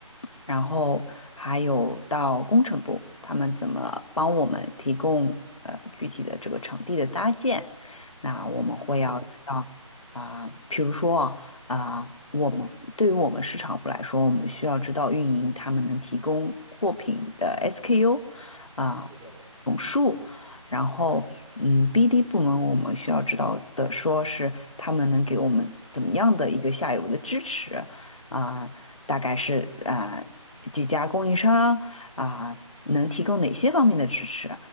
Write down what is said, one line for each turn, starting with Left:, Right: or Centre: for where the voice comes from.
Left: 然后还有到工程部，他们怎么帮我们提供呃具体的这个场地的搭建，那我们会要知道啊，
Centre: 嗯
Left: 比如说啊，啊我们对于我们市场部来说，
Centre: 嗯，
Left: 我们需要知道运营他们能提供货品的 SKU 啊
Centre: 是的，
Left: 总数。然后，嗯，BD 部门我们需要知道的，说是他们能给我们怎么样的一个下游的支持，啊、大概是啊、呃几家供应商啊、能提供哪些方面的支持。